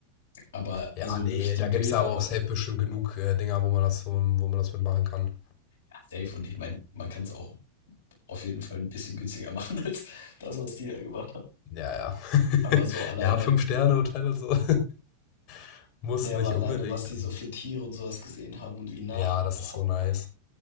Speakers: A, on the left; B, on the left.
A: Aber
B: ja,
A: also
B: nee,
A: wirklich die
B: da
A: Bilder,
B: gibt's ja aber auch
A: wa-
B: safe bestimmt genug äh, Dinger, wo man das, wo, wo man das mitmachen kann.
A: ja, safe und ich meine, man kann es auch auf jeden Fall ein bisschen günstiger <laughs> machen als das, was die da gemacht haben.
B: Ja, ja.
A: Aber
B: <laughs>
A: so alleine,
B: Ja, Fünf-Sterne-Hotel und so. <laughs> Muss
A: nee, aber
B: nicht
A: alleine,
B: unbedingt.
A: was die
B: aber-
A: so für Tiere und sowas gesehen haben und wie nah,
B: Ja, das
A: boah,
B: ist so nice.